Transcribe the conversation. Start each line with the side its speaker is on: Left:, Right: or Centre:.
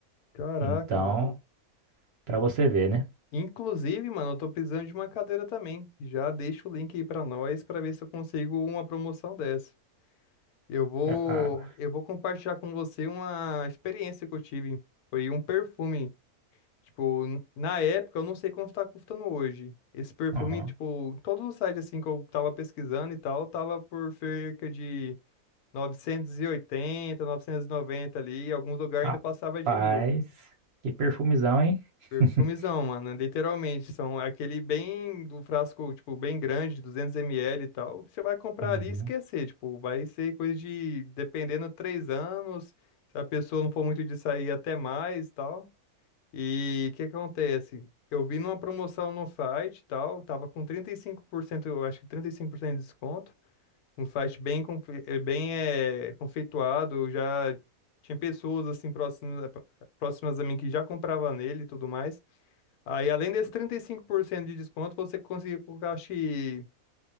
Left: Caraca,
Right: Então,
Left: mano.
Right: pra você ver, né?
Left: Inclusive, mano, eu tô precisando de uma cadeira também. Já deixa o link aí pra nós pra ver se eu consigo uma promoção dessa. Eu vou,
Right: Ah,
Left: eu vou compartilhar com você uma experiência que eu tive. Foi um perfume. Tipo, n- na época, eu não sei quanto tá custando hoje. Esse perfume,
Right: aham.
Left: tipo, todos os sites assim que eu tava pesquisando e tal, tava por cerca de novecentos e 990 ali, e alguns lugares
Right: Rapaz,
Left: ainda passava de mil.
Right: que perfumizão, hein? <laughs>
Left: Perfumizão, mano, literalmente, são aquele bem do frasco, tipo, bem grande, duzentos ml e tal, que você vai comprar
Right: Uhum.
Left: ali e esquecer, tipo, vai ser coisa de, dependendo, três anos, se a pessoa não for muito de sair, até mais e tal. E o que acontece? Eu vi numa promoção no site e tal, tava com 35%, eu acho que 35% de desconto, um site bem, confe- eh, bem é, conceituado, Eu já tinha pessoas assim próximas, eh, próximas a mim que já comprava nele e tudo mais. Aí, além desse 35% de desconto, você conseguia colocar, acho que